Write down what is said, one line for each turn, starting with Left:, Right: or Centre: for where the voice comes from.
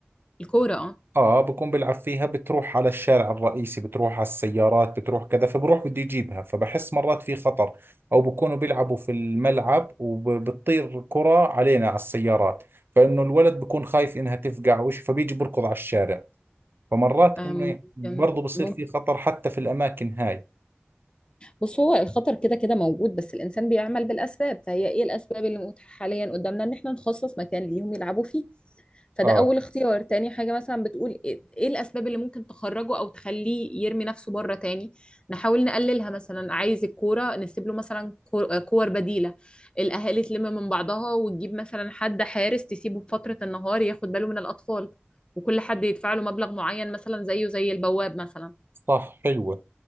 Left: الكورة اه
Right: اه بكون بلعب فيها بتروح على الشارع الرئيسي بتروح على السيارات بتروح كذا فبروح بده يجيبها فبحس مرات في خطر او بكونوا بيلعبوا في الملعب وبتطير كرة علينا على السيارات فانه الولد بكون خايف انها تفقع او شيء فبيجي بركض على الشارع فمرات
Left: أم،
Right: انه برضه
Left: ممكن
Right: بصير
Left: ممكن
Right: في خطر حتى في الاماكن هاي
Left: بص هو الخطر كده كده موجود بس الإنسان بيعمل بالأسباب فهي إيه الأسباب اللي متاحة حاليا قدامنا إن إحنا نخصص مكان ليهم يلعبوا فيه فده
Right: اه
Left: اول اختيار تاني حاجة مثلا بتقول ايه إيه الاسباب اللي ممكن تخرجه او تخليه يرمي نفسه بره تاني نحاول نقللها مثلا عايز الكورة نسيب له مثلا كو- آه، كور بديلة الاهالي تلم من بعضها وتجيب مثلا حد حارس تسيبه بفترة النهار ياخد باله من الاطفال وكل حد يدفع له مبلغ معين مثلا زيه زي البواب مثلا
Right: صح حلوة